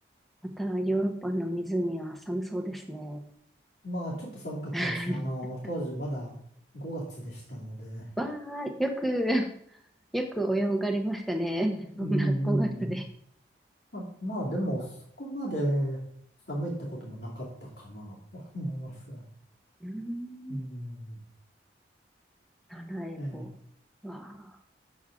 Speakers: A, in the centre; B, on the left.
A: またヨーロッパの湖は寒そうですね。
B: まあ、ちょっと寒かったですね。
A: <laughs>
B: あの、当時まだ5月でしたので、
A: わあ、よく。よく泳がれましたね。<laughs> そんな5月で。
B: うん、うんま、まあ、でも、そこまで寒いってこともなかったかなと思います。
A: うーん
B: うん、
A: サラエボは、
B: ええ、